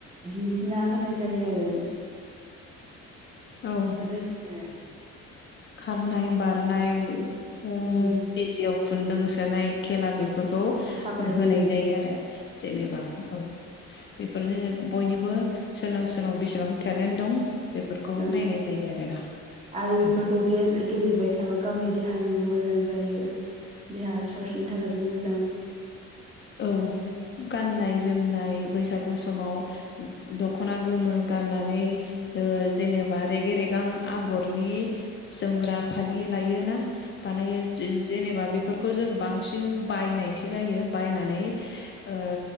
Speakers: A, on the right (about 20°); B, on the left (about 40°).
A: दि थिना होनाय जायो आरो।
B: औ
A: बेबायदिनो आरो
B: खारनाय बारनाय ओ
A: उम
B: बेजिआव खुन्दुं सोनाय खेला बे बेफोरखौ
A: काबादि
B: होनाय जायो आरो जेनेबा औ। बेफोरनो बयनिबो सोरनाव सोरनाव बेसेबां टेलेन्ट दं बेफोरखौ
A: ओं
B: नायनाय जायो आरोना
A: आरो बेफोरखौ
B: औ।
A: गेलेबाय थाबा गावनि देहानिबो मोजां जायो देहा सावस्रिनि थाखायबो मोजां।
B: औ गाननाय जोमनाय बैसागु समाव दखना गोमो गाननानै ओ जेनेबा रेगे रेगां आगरनि जोमग्रा फालि लायो ना? बानायो जे जेनेबा बे बेफोरखौ जों बांसिन बायनायसो जायो। बायनानै ओ